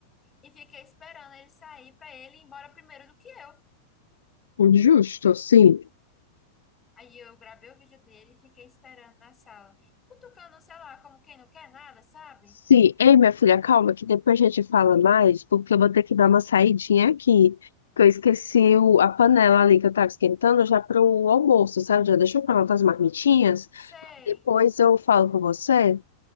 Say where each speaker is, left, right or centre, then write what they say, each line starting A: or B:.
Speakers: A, on the left (about 20°); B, on the left (about 70°).
A: e fiquei esperando ele sair pra ele ir embora primeiro do que eu.
B: Justo, sim.
A: Aí eu gravei o vídeo dele e fiquei esperando na sala, cutucando, sei lá, como quem não quer nada, sabe?
B: Sim. Ei, minha filha, calma, que depois a gente fala mais, porque eu vou ter que dar uma saidinha aqui. Que eu esqueci o- a panela ali que eu tava esquentando já pro almoço, sabe? Já deixou pra lá as marmitinhas.
A: Sei.
B: Depois eu falo com você.